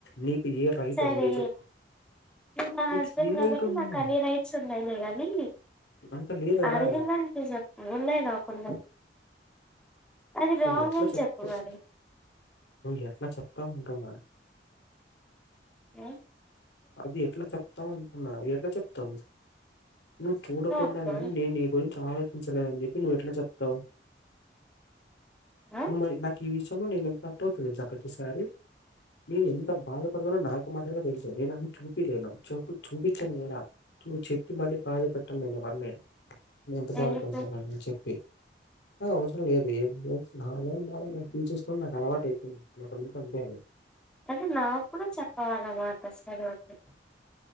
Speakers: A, on the left; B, in the centre.
A: నీ కు ఏ రైట్
B: సరే
A: ఉంది చెప్పు
B: నువ్వు నా
A: నీకు
B: హస్బెండ్
A: ఏ
B: కాబట్టి
A: రైట్ ఉంది?
B: నాకు అన్ని రైట్స్ ఉన్నాయిలే కానీ
A: అంత లేదాడా?
B: అడిగిందానికి చెప్పు ఉన్నాయి నాకున్నాయి అది
A: నువ్వు
B: రాంగ్
A: ఎట్ల
B: అని
A: చెప్తావ్
B: చెప్పు మరి
A: నువ్వు ఎట్ల చెప్తావ్ అంటున్నా
B: ఆ
A: అది ఎట్లా చెప్తావ్ అంటున్న ఎట్లా చెప్తావ్ నువ్వు చూడకుండానే
B: నోటితో
A: నేను నీ గురించి ఆలో చించలేదని చెప్పి నువ్వు ఎట్ల చెప్తావు
B: ఆ
A: నువ్వు మరి నా ఈ విషయంలో నేను ఎంత హార్ట్ అవుతానో తెలుసా ప్రతిసారి నేను ఎంత బాధపడతానో నాకు మాత్రమే తెలుసు నేను అది చూపియ్యలేను చాపు చూపించను కూడా ను చెప్పి మళ్ళీ బాధ పెట్టను నేను ఎవరి నేను ఎంత బాధపడతున్నానో
B: ఎందుకు
A: చెప్పి ఆ అవసరం లేదు ఏమి నా బాధలు నేను తీర్చుకోవడం నాకు అలవాటు అయిపోయింది చిన్నప్పటినుంచి అంతే నేను
B: అంటే నాకు కూడా చెప్పవన్నమాట సరే ఓకే